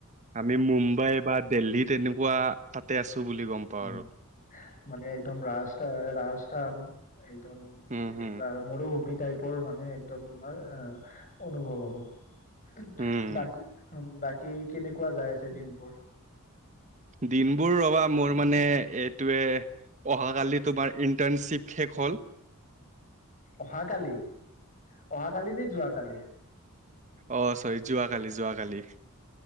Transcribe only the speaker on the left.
উম,
মানে একদম ৰাস্তা- ৰাস্ত টান একদম
তেনেকুৱা
আৰু মৰুভূমি টাইপৰ মানে একদম তোমাৰ আহ অনুভৱ হ'ব
বাকী- বাকী কি কেনেকুৱা যাই আছে দিনবোৰ?
অহাকালি -অহাকালি নে যোৱাকালি?